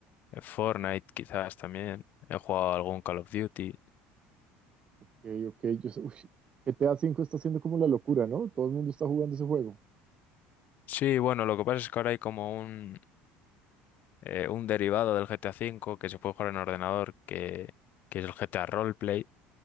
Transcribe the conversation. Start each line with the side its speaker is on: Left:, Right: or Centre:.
Left: el Fortnite quizás también, he jugado algún Call of Duty.
Right: Ok, ok, yo sé- <laughs> uy, GTA cinco está haciendo como la locura, ¿no? Todo el mundo está jugando ese juego.
Left: Sí, bueno, lo que pasa es que ahora hay como un, eh, un derivado del GTA V que se puede jugar en ordenador, que, que es el GTA Roleplay,